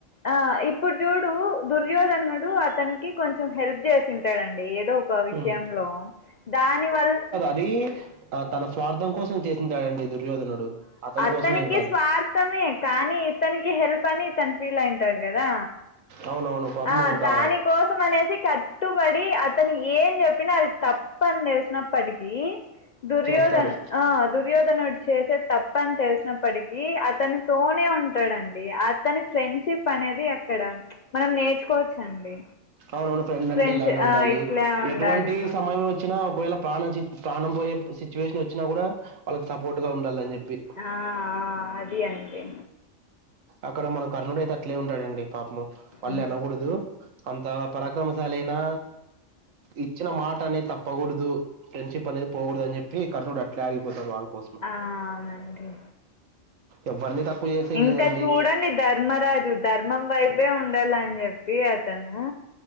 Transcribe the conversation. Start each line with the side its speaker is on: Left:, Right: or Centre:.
Left: ఆ ఇప్పుడు చూడు దుర్యోధనుడు అతనికి కొంచెం హెల్ప్ చేసింటాడండి ఏదో ఒక విషయంలో
Right: ఉమ్
Left: దాని వల్ల
Right: అయి ఆ తన స్వార్థం కోసం చేసింటాడండి దుర్యోధనుడు అతని
Left: అతనికి
Right: కోసమేం కాదు
Left: స్వార్థమే కానీ ఇతనికి హెల్ప్ పని తను ఫీల్ అయింటాడు కదా
Right: అవునవును పాపం
Left: ఆ
Right: ఇంకా
Left: దానికోసం కోసం అనేసి కట్టుబడి అతను ఏం చెప్పినా అది తప్పని తెలిసినప్పటికీ దుర్యోధన
Right: చేస్తాడు
Left: ఆ దుర్యోధనడు చేసే తప్పని తెలిసినప్పటికీ అతనితోనే ఉంటాడండి అతని ఫ్రెండ్షిప్ అనేది ఇక్కడ మనం నేర్చుకోవచ్చండి
Right: అవునవును ఫ్రెండ్
Left: ఫ్రెండ్స్
Right: అంటే ఇలానే
Left: ఆ
Right: ఉండాలి
Left: ఇట్లా ఉండాలి
Right: ఎటువంటి సమయం వచ్చినా ఒకవేళ ప్రాణం ప్రాణం పోయే సిచ్యువేషన్ వచ్చినా కూడా వాళ్ళకి సపోర్ట్ గా ఉండాలి అని చెప్పి
Left: ఆ అది అంతే
Right: అక్కడ మనం కర్ణుడు అయితే అట్లే ఉంటాడండి పాపము మళ్ళీ
Left: ఉమ్.
Right: అనకూడదు అంత పరాక్రమశాలైనా ఇచ్చిన మాట అనే తప్పకూడదు ఫ్రెండ్షిప్ అనేది పోకూడదని చెప్పి కర్ణుడు అట్లే ఆగిపోతా వాళ్ళు కోసం
Left: ఆ అవునండి
Right: ఎవరిని తక్కువ చేసేకి
Left: ఇంకా
Right: లేదండి
Left: చూడండి ధర్మరాజు ధర్మం వైపే ఉండాలని చెప్పి అతను